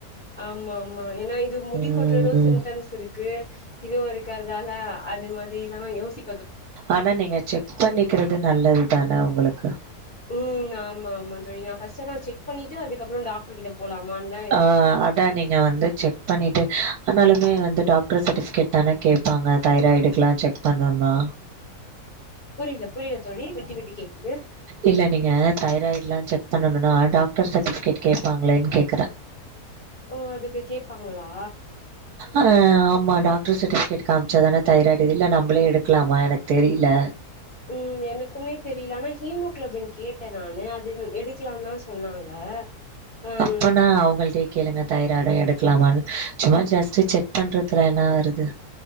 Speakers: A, on the left; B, on the right.
A: ஆமாம்மா ஏன்னா இது முடி
B: ம்
A: கொட்றது சிம்டம்ஸ் இருக்கு இதுவு ஒருக்கறதால அது மாதிரிலா யோசி
B: அனா நீங்க செக் பண்ணிக்கறது நல்லது தான உங்களுக்கு
A: ம் ஆமா ஆமா தோழி நா ஃபர்ஸ்ட் அனா செக் பண்ணீட்டு அதுக்கு அப்பறோ டாக்டர்கிட்ட போலாமான் தா
B: ஆ அதா நீங்க வந்து செக் பண்ணிட்டு ஆனாலுமே வந்து டாக்டர் சர்டிபிகேட் தானே கேப்பாங்க தைராய்டுக்கெலா செக் பண்ணுனா
A: புரியல புரியல தோழி விட்டு விட்டு கேக்குது
B: இல்ல நீங்க தைராய்ட்ல்லா செக் பண்ணணுன்னா டாக்டர் சர்டிஃபிகேட் கேட்பாங்களேன் கேக்குறே <unintelligible>
A: ஓ அதுக்கு கேப்பாங்களா
B: ஆ ஆமா டாக்டர் சர்ட்டிபிகேட் காமிச்சாதான தைராய்டு இது இல்ல நம்மளே எடுக்கலாமா எனக்கு தெரியல
A: ம் எனக்குமே தெரியல ஆனா ஹீமோகுளோபின் கேட்டே நானு அது எடுக்கலான்னுதா சொன்னாங்க ம்
B: அப்பனா
A: ம்
B: அவுங்கள்டயே கேளுங்க தைராய்டு எடுக்கலாமான்னு சும்மா ஜெஸ்ட் செக் பண்ளதுல என்ன வருது